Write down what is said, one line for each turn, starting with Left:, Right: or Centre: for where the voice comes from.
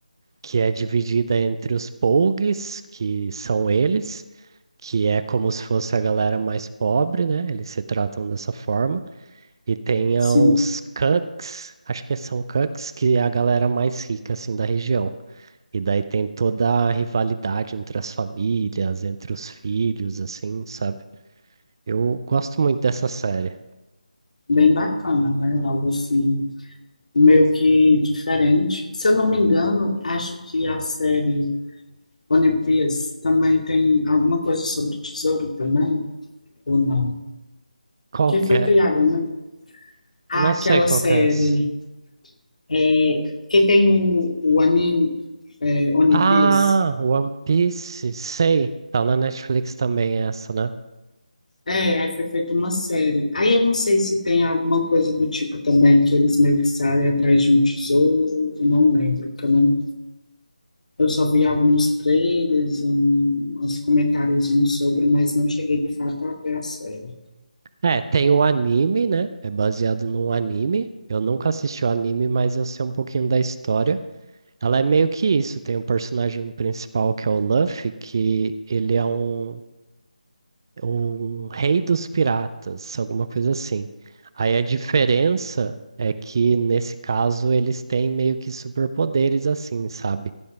Right: que é dividida entre os Pougs, que são eles, que é como se fosse a galera mais pobre, né? Eles se tratam dessa forma. E tem
Left: Sim,
Right: ah, os Cucks, acho que são Cucks, que é a galera mais rica, assim, da região. E daí tem toda a rivalidade entre as famílias, entre os filhos, assim, sabe? Eu gosto muito dessa série.
Left: bem bacana, né? Algo assim, meio que diferente. Se eu não me engano, acho que a série One Piece também tem alguma coisa sobre tesouro também, ou não?
Right: Qual
Left: que
Right: que
Left: foi
Right: é?
Left: criada, né? Há
Right: Não
Left: Aquela
Right: sei qual
Left: série
Right: que é essa.
Left: é, que tem o, o anime é, One
Right: Ah,
Left: Piece.
Right: One Piece, sei. Tá na Netflix também essa, né?
Left: É, aí foi feita uma série. Aí eu não sei se tem alguma coisa do tipo também, que eles meio que saem atrás de um tesouro, eu não lembro. porque Eu, não- eu só vi alguns trailers, um, uns comentáriozinhos sobre, mas não cheguei de fato a ver a série.
Right: É, tem o anime, né? É baseado num anime. Eu nunca assisti o anime, mas eu sei um pouquinho da história. Ela é meio que isso. Tem o personagem principal que é o Luffy, que ele é um um rei dos piratas, alguma coisa assim. Aí a diferença é que nesse caso eles têm meio que superpoderes assim, sabe?